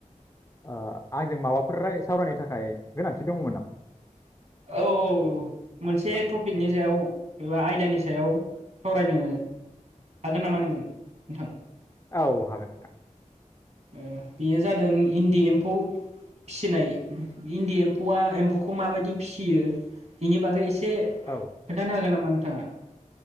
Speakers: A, on the left (about 25°); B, on the right (about 60°).
A: ओ आंजों माबाफोर राय सावरायनो थाखाय गोनांथि दङमोन नामा।
B: औ औ मोनसे
A: आ, सा-
B: टपिकनि सायाव एबा आयदानि सायाव सावरायनो हागोन नामा नोंजों नोंथां।
A: औ हागोन।
B: ओ बेयो जादों इन्दि एम्फौ फिसिनाय इन्दि एम्फौआ एम्फौखौ माबायदि फिसियो बेनि बागै एसे। से खोन्थानो
A: औ
B: हागोन नामा। थाङा।